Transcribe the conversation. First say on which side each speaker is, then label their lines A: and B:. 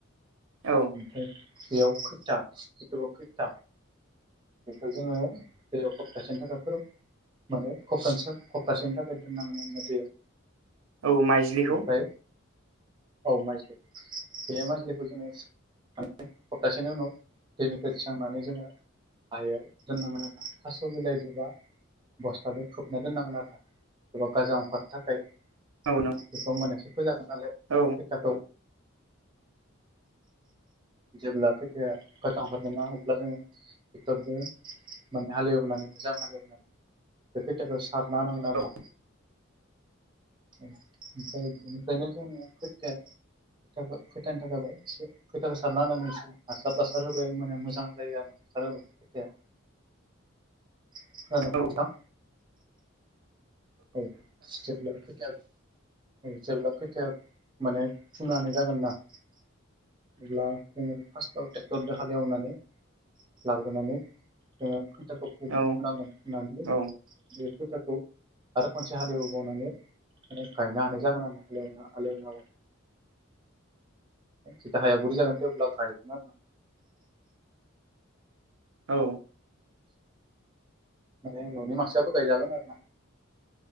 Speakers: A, on the right; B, on the right.
A: औ
B: ओमफ्राय बेयाव खोथा जितुबा खोथा बेखौ जोङो दैयाव सप्तासेनि थाखाय फोरौ माने खप्तानैसो खप्तासेनि थाखाय दोननांगोन आरो ना दैयाव।
A: औ माइज्लिखौ।
B: ओमफ्राय औ माइज्लि। बे माइज्लिखौ जोङो माने हप्तासेनि उनाव दैनिफ्राय थिखांनानै जोङो हायाव दोननांगोन आरोना। थास' बिलाइदो‌बा बस्थादो खोबना दोननांगोन आरोना एबा गाजा अंखारनो थाखाय
A: औ नों
B: बेखौ होमनासो फोजागोन नालाय
A: औ
B: खोथाखौ। जेब्ला खोथियाया गाजा अंखारगोनना अब्ला जोङो टेक्टरजों माने हालेवनानै मोजां हालेवनानै बे खोथियाखौ सारना होनांगोन आरोना।
A: औ
B: ओम ओमफ्राय बेनिफ्रायनो जोङो खोथिया खोथियाखो खोथियानि थाखाय एसे खोथियाखौ सारना होनानै एसे हासार तासार होबाय होमबानिया मोजां जायो आरोना। हासार होबा खोथियाया। खोनादों
A: औ
B: नोंथां? औ जेब्ला खोथिया औ जेब्ला खोथिया माने फुनो हानाय जागोनना, बिदिब्ला जोङो फार्स्टआव टेक्टरजों हालेवनानै लाग्रोनानै जोङो खोथियाखौ फुग्रो
A: औ
B: फुनांगोन, फुनानैबो
A: औ
B: बे खोथियाखौ आरो खनसे हालेवबावनानै माने गायनो हानाय जागोन आरो ना आलेवना हालेवना होबा। जितिया हाया गुरै जागोन थेवब्ला गायगोन आ
A: औ।
B: माने न'नि मानसियाबो गायजागोन आरो ना।